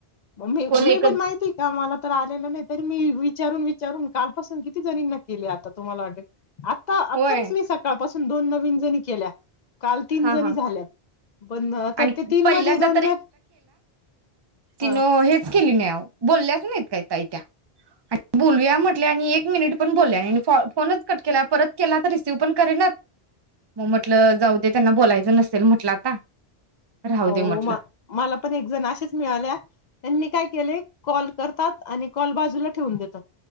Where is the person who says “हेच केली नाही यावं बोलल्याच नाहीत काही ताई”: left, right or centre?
Right